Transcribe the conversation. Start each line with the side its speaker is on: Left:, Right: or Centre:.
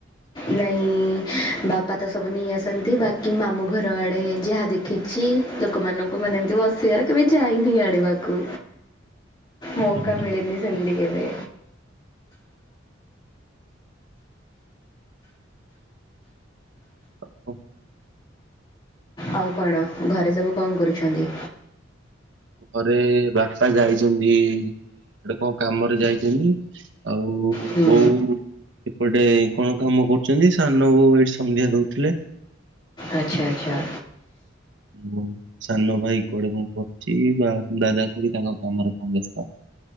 Left: ନାଇଁ ବାପା ତ ସବୁ ନେଇ ଆସନ୍ତି ବାକି ମାମୁଁ ଘର ଆଡ଼େ ଯାହା ଦେଖ ଖିଛି ଲୋକମାନଙ୍କୁ ମାନେ ଏମିତି ବସିବାରେ କେବେ ଯାଇନି ଆଣିବାକୁ। ମୌକା
Right: ଓହୋ।
Left: ମିଳିିନି ସେମିତି କେବେ।
Right: ଓ ହୋ।
Left: ଆଉ କଣ ଘରେ ସବୁ କଣ କରୁଛନ୍ତି?
Right: ଘରେ ବାପା ଯାଇଛନ୍ତି ଗୋଟେ କଣ କାମରେ ଯାଇଛନ୍ତି, ଆଉ
Left: ହୁଁ
Right: ବୋଉ ଏପଟେ କଣ କାମ କରୁଛନ୍ତି ସାନ ବୋଉ ଏଇଠି ସନ୍ଧ୍ୟା ଦଉଥିଲେ।
Left: ଆଚ୍ଛା ଆଚ୍ଛା।
Right: ହଁ ସାନ ଭାଇ କୁଆଡେ ମୁଁ କରୁଛି ବା ଦାଦା ଖୁଡି ତାଙ୍କ କାମରେ କଣ ବେସ୍ତ।